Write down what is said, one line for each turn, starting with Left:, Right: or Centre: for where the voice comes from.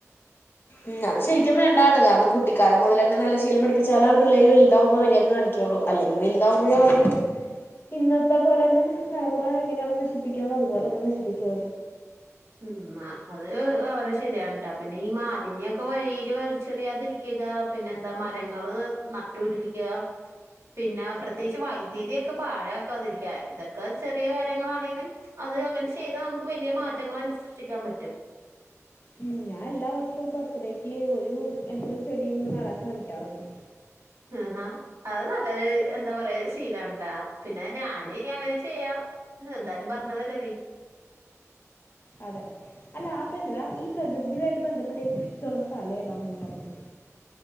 Left: ഉം അത് ശരിക്കും വേണ്ടതാണ് കാരണം കുട്ടിക്കാലം മുതലെന്നെ നല്ല ശീലം പഠപ്പിച്ചാലാണ് പിള്ളേര് വലുതാവുമ്പ മര്യാക്ക് കാണിക്കുന്നത് ള്ളൂ അല്ലെങ്കി വലുതാവുമ്പഴും അവര് ഇന്നത്തെ പോലെ തന്നെ തലമുറകള് എങ്ങനെയാണ് നശിപ്പിക്കുന്നത് അതുപോലെ തന്നെ നശിപ്പിക്കുവ
Right: ഉം ആഹ് അത് വളരെ ശരിയാണ്ട്ടോ പിന്നെ ഈ മാലിന്യം ഒക്കെ വഴിയില് വലിച്ചെറിയാതിരിക്ക- ക്കുക പിന്നെന്താ മരങ്ങള് നട്ടു പിടിപ്പിക്ക പിന്നെ പ്രത്യേകിച്ച് വൈദ്യുതിയൊക്കെ പാഴാക്കാതിരിക്കാ ഇതൊക്കെ ചെറിയ കാര്യങ്ങളാണെങ്കിലും അത് അങ്ങനെ ചെയ്താ നമുക്ക് വലിയ മാറ്റങ്ങളന്നെ സൃഷ്ടിക്കാൻ പറ്റും
Left: ഉം ഞാൻ എല്ലാ വർഷവും ബർത്ത്ഡേക്ക് ഒരു എന്തേലും ചെടി ഇങ്ങനെ നടാൻ ശ്രമിക്കാറുണ്ട്
Right: ഇഹ് അഹ് അത് നല്ല എന്താ പറയാ ശീലാണ് ട്ടാ പിന്നെ ഞാന് ഇനി അങ്ങനെ ചെയ്യാ എന്തായാലും പറഞ്ഞതല്ലേ നീ
Left: അതെ അല്ല ആപ്പ ഇണ്ടല്ലാ ഈ പ്രകൃതിയുമായിട്ട് ബന്ധപ്പെട്ട ഏറ്റവും ഇഷ്ടവുള്ള സ്ഥലം ഏതാന്ന് ഒന്ന് പറഞ്ഞെ